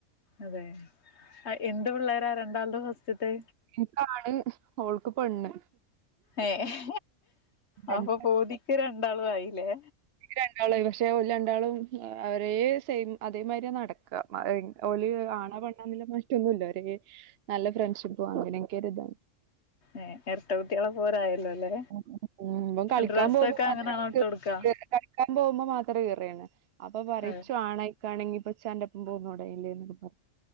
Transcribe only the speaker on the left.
അതെ എന്ത് പിള്ളാരാ രണ്ടാൾത്തും ഫസ്റ്റ്ത്തെ
ഏഹ്
അപ്പൊ പൂതിക്ക് രണ്ടാളും ആയില്ലേ?
ഏഹ് എരട്ട കുട്ടികളെ പോലെ ആയല്ലോ അല്ലേ?
ഡ്രസ്സൊക്കെ
അങ്ങനെയാണോ ഇട്ട് കൊടുക്കാ
അതെ